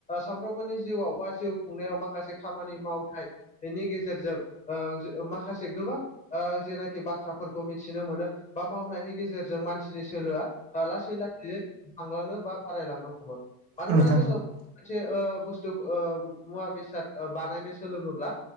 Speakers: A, on the left; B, on the right.
A: सामफ्रोमबोनि जिउआव बा जिउ खुंनायाव माखासे खामानि मावथायनि गेजेरजों माखासे गोबां जेनाखि बाथ्राफोरखौ मिथिनो मोनो बा मावनायनि गेजेरजों मानसिनि सोलोआ लासै लासै थांलांनो बा बारायलांनो हमो। मानोना
B: औ नोंथां
A: जोङो
B: औ
A: मोनसे बुस्थु मुवा बेसाद बानायनो सोलोङोब्ला